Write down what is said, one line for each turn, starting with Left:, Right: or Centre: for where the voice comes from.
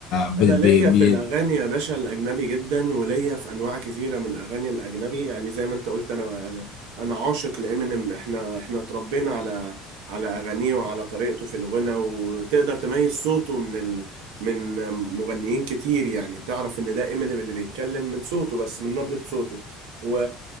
Left: ب...
Right: انا
Left: ب...
Right: ليا في
Left: ب...
Right: الاغاني يا باشا الاجنبي جدا وليا في انواع كثيره من الاغاني الاجنبي يعني زي ما انت قلت انا انا انا عاشق لامينيم احنا احنا اتربينا على على اغانيه وعلى طريقته في الغنى وتقدر تميز صوته من ال... من مغنيين كتير يعني تعرف ان ده امينيم اللي بيتكلم من صوته بس من نبره صوته و